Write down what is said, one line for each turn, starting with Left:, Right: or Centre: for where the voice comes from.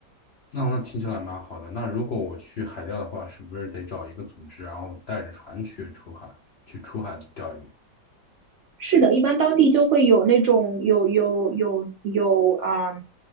Left: 那那听起来蛮好的。那如果我去海钓的话，是不是得找一个组织，然后带着船去出海，去出海钓鱼？
Right: 是的，一般当地就会有那种有有有有啊、